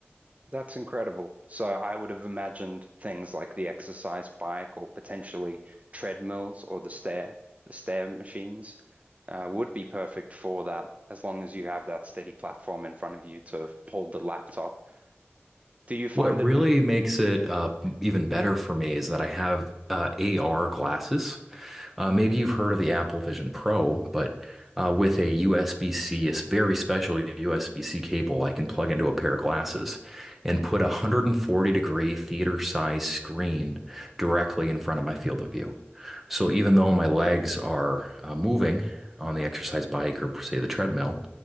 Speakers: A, on the right; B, in the centre.
A: That's incredible. So I would have imagined things like the exercise bike or potentially treadmills or the stair, the stair machines, uh, would be perfect for that as long as you have that steady platform in front of you to hold the laptop. Do you find
B: What
A: it
B: really makes it uh, even better for me is that I have uh, AR glasses Uh, maybe you've heard of the Apple Vision Pro, but uh, with a USB-C, very special USB-C cable, I can plug into a pair of glasses and put a 140 degree theater size screen directly in front of my field of view. So even though my legs are uh, moving on the exercise bike or say the treadmill,